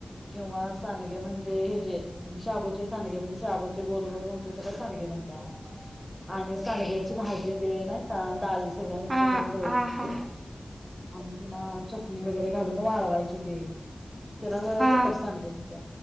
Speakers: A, in the centre; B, on the right (about 45°).
A: किंवा सानगे म्हणजे ह जे शाबूचे सांडगे म्हणजे शाबूचे गोलबोल घाचे सगळे सांडगे म्हणतात आणि सडग्याची भाजी ते नाही का डाळी सगळ्या मिक्स
B: हा
A: करूनछ
B: हा हा
A: आणि पुन्हा चटणी वगैरे घालून वाळवायची ते त्याला
B: हा
A: तिक सांगेत